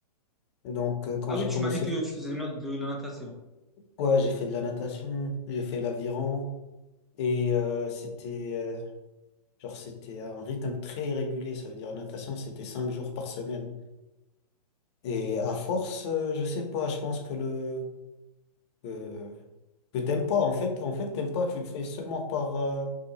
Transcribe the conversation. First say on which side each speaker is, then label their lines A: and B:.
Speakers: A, on the left (about 45°); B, in the centre.
A: Et donc, euh, quand
B: Ah
A: j'ai
B: oui,
A: commencé...
B: tu m'as dit que tu faisais de la de la natation.
A: Ouais, j'ai fait de la natation, j'ai fait l'aviron, et euh, c'était... euh, Genre, c'était un rythme très régulier. Ça veut dire natation, c'était cinq jours par semaine. Et à force, euh, je sais pas, je pense que le que, que t'aimes pas. En fait, en fait, t'aimes pas. Tu le fais seulement par euh,